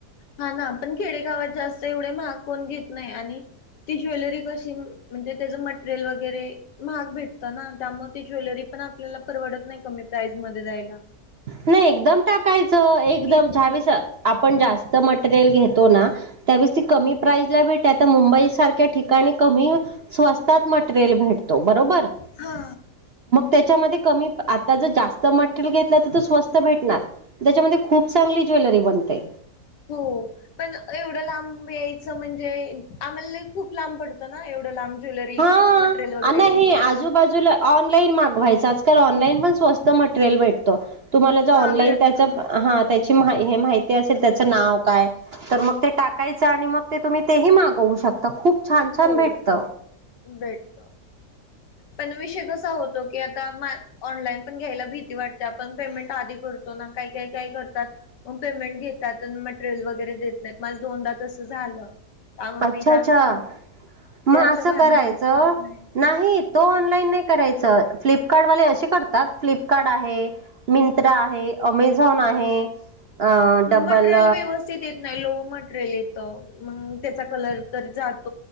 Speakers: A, on the left; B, on the right.
A: हा ना पण खेडेगावात जास्त एवढे महाग कोण घेत नाही आणि ती ज्वेलरी कशी म्हणजे त्याचं मटेरियल वगैरे महाग भेटत ना त्यामुळे ती ज्वेलरी पण आपल्याला परवडत नाही कमी प्राईज मध्ये दयला
B: नाही एकदम टाकायचं एकदम
A: घेत नाही
B: वीस आपण जास्त मटेरियल घेतो ना त्यावेस ती कमी प्राईजला भेटते आता मुंबई सारख्या ठिकाणी कमी स्वस्तात मटेरियल भेटते तर मग बरोबर
A: हा
B: तर मग कमी आता मग जास्त मटेरियल घेतलं स्वस्त भेटणार त्याच्यामध्ये खूप चांगली ज्वेलरी बनते
A: हो पण एवढं लांब यायचं म्हणजे आम्हाला खूप लांब पडतं ना एवढं लांब ज्वेलरीजं
B: हा
A: मटरियल वगैरे
B: आ नाही
A: घ्यायला
B: आजूबाजूला ऑनलाईन मागवायचं आजकाल ऑनलाईन पण स्वस्त मटेरियल भेटतो तुम्हाला ज ऑनलाईन
A: हा भेटत
B: त्याच
A: ना
B: हा त्याची हे माहिती असेल त्याच नाव काय तर मग ते टाकायचं आणि मग ते तुम्ही तेही मागवू शकता खूप छान छान
A: हो
B: भेटत
A: भेटत पण विषय कसा होतो की आता ऑनलाईन पण घ्यायला भीती वाटते आपण पेमेंट आधी करतो ना काही काही काय करतात मग पेमेंट घेतात मटेरियल वगैरे देत नाहीत माझ दोनदा तसं झालं त्यामुळे
B: अच्छा
A: मी जास्त
B: अच्छा मग
A: त्याच्या
B: असं
A: भान
B: करायचं
A: घडीत पडत नाही
B: नाही तो ऑनलाईन नाही करायच फ्लिपकार्टवाले असे करतात फ्लिपकार्ट आहे मिंत्रा आहे अमेझॉन आहे अ
A: मटेरियल
B: डबल
A: व्यवस्थित येत नाही लो मटेरियल येत मग त्याचा कलर तर जात